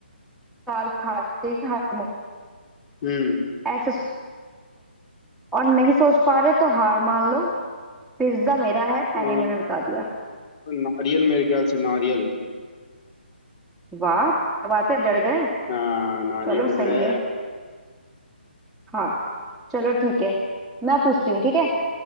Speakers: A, in the centre; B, on the left.
A: दाल खाते हैं हर मौसम।
B: हम्म
A: ऐसे सोचो और नहीं सोच पा रहे तो हार मान लो पिज्जा मेरा है पहले
B: अ,
A: मैंने बता दिया
B: नारियल मेरे ख्याल से नारियल
A: वाह क्या बात है डर गए
B: हाँ नारियल
A: चलो
B: ही तो
A: सही
B: है
A: है हाँ चलो ठीक है मैं पूछती हूँ ठीक है